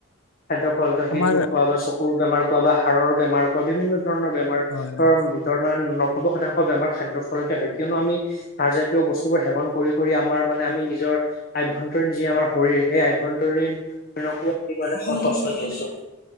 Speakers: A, on the left (about 45°); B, on the left (about 80°).
A: খাদ্যৰ ফলত হৃদৰোগ
B: আমাৰ
A: পোৱা বা চকুৰ বেমাৰ কোৱা বা হা়ড়ৰ বেমাৰ অ বিভিন্ন ধৰণৰ বেমাৰ
B: হয় হয়
A: ভিতৰত মানে, সৰ্ব শতাংশ বেমাৰ খাদ্যৰ ফলতে হয় কিয়নো আমি হাৰজাতীয় বস্তুবোৰ সেৱন কৰি কৰি আমাৰ মানে আমি নিজৰ অভ্যন্তৰীণ যি আমাৰ শৰীৰ সেই আভ্যন্তৰীণ শৰণকো <unintelligible>